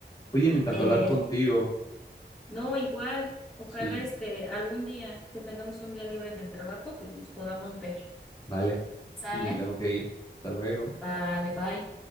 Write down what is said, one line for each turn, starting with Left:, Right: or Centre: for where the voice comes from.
Left: Oye, me encantó
Centre: Eh,
Left: hablar contigo.
Centre: no, igual, ojalá
Left: Sí,
Centre: este algún día que tengamos un día libre en el trabajo, pues nos podamos ver.
Left: vale.
Centre: ¿Sale?
Left: Sí, me tengo que ir. Hasta luego.
Centre: Vale, bye.